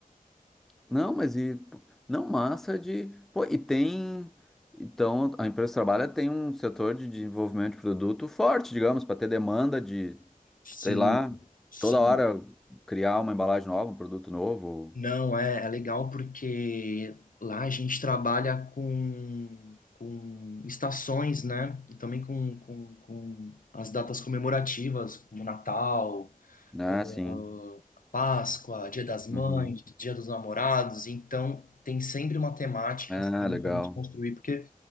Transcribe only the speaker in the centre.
Não, mas e. Não, massa de. Pô, e tem. Então, a empresa que trabalha tem um setor de desenvolvimento de produto forte, digamos, para ter demanda de,
sei lá,
toda hora criar uma embalagem nova, um produto novo.
Né,
sim.
Uhum.
É,
legal.